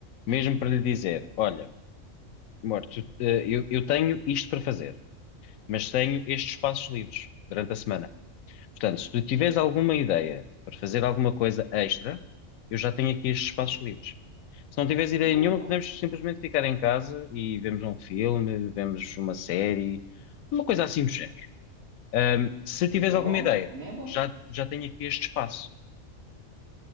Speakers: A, on the left; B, on the right.
A: mesmo para lhe dizer: olha, amor, tu- eh, eu, eu tenho isto para fazer, mas tenho estes espaços livres durante a semana. Portanto, se tu tiveres alguma ideia para fazer alguma coisa extra, eu já tenho aqui estes espaços livres. Se não tiveres ideia
B: Boa.
A: nenhuma, podemos simplesmente ficar em casa e vemos um filme, vemos uma série, uma coisa assim do género. Ahm, se tiveres
B: Também
A: alguma
B: é bom.
A: ideia,
B: Também é bom.
A: já, já tenho aqui este espaço.